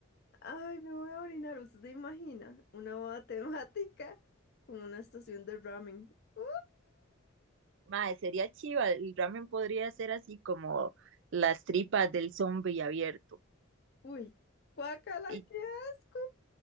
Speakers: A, on the left; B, on the right.
A: Ay, me voy a orinar. ¿Usted se imagina una boda temática con una estación de ramen? ¡Ah!
B: Mae, sería chiva, el ramen podría ser así como las tripas del zombie abierto.
A: Uy, guácala,
B: Y,
A: qué asco.